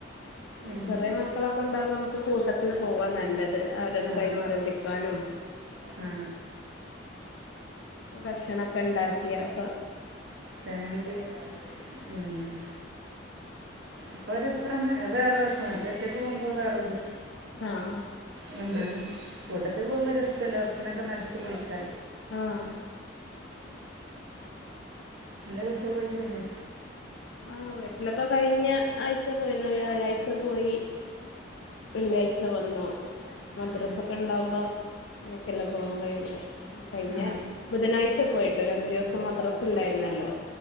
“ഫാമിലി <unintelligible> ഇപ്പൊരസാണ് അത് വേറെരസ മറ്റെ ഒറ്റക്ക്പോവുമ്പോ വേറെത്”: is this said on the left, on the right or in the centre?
Right